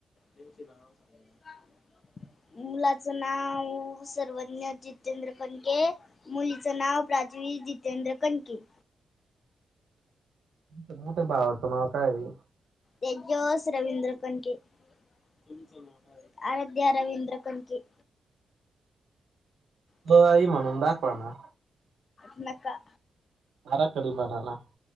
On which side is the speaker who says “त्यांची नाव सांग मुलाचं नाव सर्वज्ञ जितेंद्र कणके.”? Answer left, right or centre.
Left